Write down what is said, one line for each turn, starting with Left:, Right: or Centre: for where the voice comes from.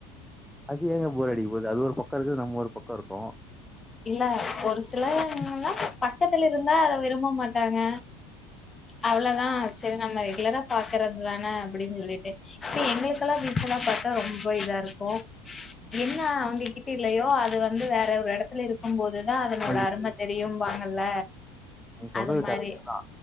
Centre: அது ஏங்க போரடிக்க போது அது ஒரு பக்கொருக்கு நம்ம ஒரு பக்ககோருக்கொ
Left: இல்ல ஒரு சிலர்லா பக்கத்துல இருந்தா அத விரும்ப மாட்டாங்க அவ்ளதா சேரி நம்ம ரெகுலரா பாக்குறது தான அப்டின்னு சொல்லிட்டு இப்ப எங்க மெரீனா பீச்செலா பாத்தா ரொம்ப இதாருக்கு என்ன அவுங்க கிட்ட இல்லயோ அது வந்து வேற ஒரு இடத்து ல இருக்கும் போது தா அதனோட
Centre: அது
Left: அருமை தெரியும்பாங்கல்ல
Centre: நீங்க சொல்றது
Left: அது மாரி
Centre: கரெக்டா தா